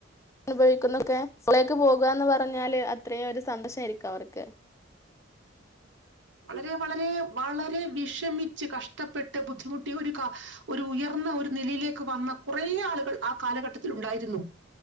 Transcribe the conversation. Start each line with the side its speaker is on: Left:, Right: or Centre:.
Left: അനുഭവിക്കുന്നൊക്കെ സ്കളേക്ക് പോകുകന്ന് പറഞ്ഞാല് അത്രയും ഒരു സന്തോഷ ആരിക്കും അവർക്ക് <inaudible>
Right: വളരെ വളരെ വളരെ വിഷമിച്ച് കഷ്ടപ്പെട്ട് ബുദ്ധിമുട്ടി ഒരു ഒരു ഉയർന്ന ഒരു നിലയിലേക്ക് വന്ന കുറെേ ആളുകൾ ആ കാലഘട്ടത്തിൽ ഉണ്ടായിരുന്നു